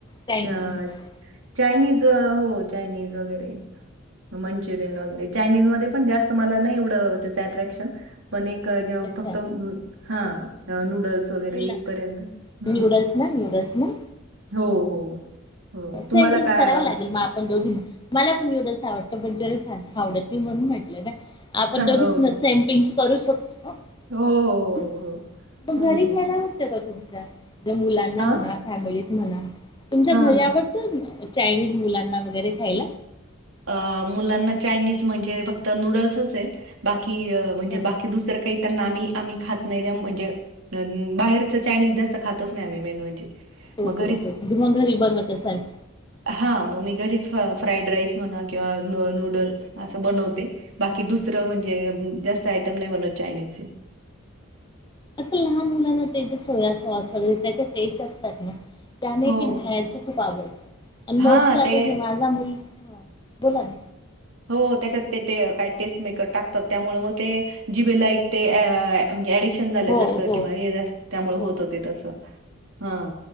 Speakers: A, on the left; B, on the right.
A: चायनीज
B: चचा. चायनीज हो चायनीज वगैरे मंचुरियन वगैरे चायनीज मध्ये पण जास्त मला नाही एवढं त्याचं अट्रॅक्शन पण एक जेव्हा
A: अच्छा
B: फक्त मु हा आ नूडल्स वगैरे
A: मुलं
B: इथपर्यंत हम्म
A: न्यूडल्स ना न्यूडल्स ना
B: हो हो. हो
A: सेम
B: तुम्हाला
A: टंच
B: काय
A: करावं
B: आव-
A: लागेलग आपण दोघीनी मला पण नूडल्स आवडत पण त्याला फास आवडत नाही म्हणून म्हटलं ना आपण बघच
B: हो
A: ना सॅम्पिंग करू शकतो.
B: हो हो,
A: मग
B: हो. हं.
A: घरी घ्यायला वाटतं का तुमच्या ज मुलांना
B: हां?
A: म्हणा फॅमिलीत म्हणा तुमच्या
B: हां.
A: घरी आवडत चायनीज मुलांना वगैरे खायला
B: अ मुलांना चायनीज म्हणजे फक्त नूडल्सच आहे बाकी म्हणजे
A: हा
B: बाकी दुसर क ते त्यांना आम्ही आम्ही खात नाही त्या म्हणजे धनी बाहेरच चायनीज जास्त खातच नाही आम्ही मेन म्हणजे मग
A: ओके ओके त मग घरी बनवत असाल.
B: हा मग मी घरीच फ्राईड राईस म्हणा किंवा नूडल्स असं बनवते. बाकी दुसरं म्हणजे
A: अच्छा
B: जास्त आयटम नाही. बनत चायनीजचे,
A: अस लहान मुलांना त्यांचे सोया सॉस वगैरे त्याच्या टेस्ट असतात ना. त्याने
B: हो.
A: ती बाहेरच खूप आवडत. आणि मोस्टली
B: हां,
A: आता
B: ते
A: माझा मुलगा बोला ना
B: हो त्याच्यात ते काय टेस्ट मेकर टाकतात, त्यामुळे मग ते. जीभेला लाईक ते ॲ म्हणजे ॲडिक्श झाल्याासारखं
A: हो हो
B: किंवा ये जा त्यामुळे
A: हो
B: होत होते तस हा.